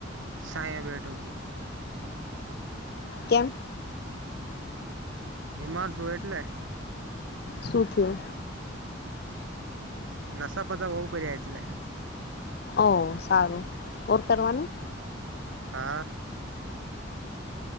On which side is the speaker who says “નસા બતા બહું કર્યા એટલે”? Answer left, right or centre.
Right